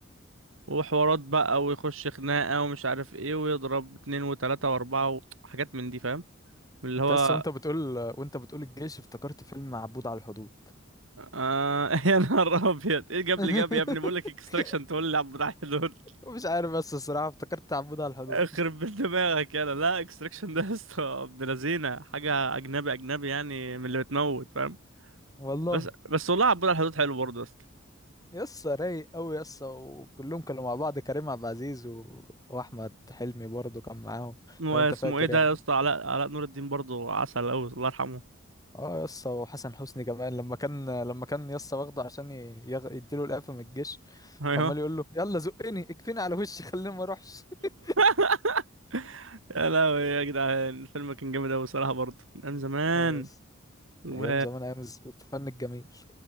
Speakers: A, on the right; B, on the left.
A: وحوارات بقى ويخش خناقة ومش عارف ايه ويضرب اتنين وتلاتة واربعة وحاجات من دي فاهم اللي
B: انت
A: هو
B: اصلا وانت بتقول وانت بتقول الجيش افتكرت فيلم عبود على الحدود
A: آه <laughs> يا نهار ابيض ايه جاب
B: <laughs>
A: لي جاب يا ابني بقول لك اكستراكشن تقول لي عبد الحي دول
B: مش عارف بس الصراحة افتكرت عبود على الحدود
A: اخرب بيت دماغك يلا لا اكستراكشن ده يا اسطى ابن لذينه حاجة اجنبي اجنبي يعني من اللي بتموت فاهم
B: والله
A: بس بس والله عبود على الحدود حلو برضه يا اسطى
B: يسا رايق قوي يسا وكلهم كانوا مع بعض كريم عبد العزيز و... واحمد حلمي برضو كان معاهم
A: واسمه
B: لو انت فاكر
A: ايه ده
B: يعني
A: يا اسطى علاء علاء نور الدين برضه عسل قوي الله يرحمه
B: اه يسا وحسن حسني كمان لما كان لما كان يسا واخده عشان ي... يغ... يديله القفا من الجيش
A: ايوه
B: فعمال يقول له يلا زقني اكفيني على وشي خليني ما اروحش <laughs>
A: <laughs> يا لهوي يا جدعان الفيلم كان جامد أوي الصراحة برضه من أيام زمان
B: اه يسا
A: و
B: ايام زمان ايام الز- الفن الجميل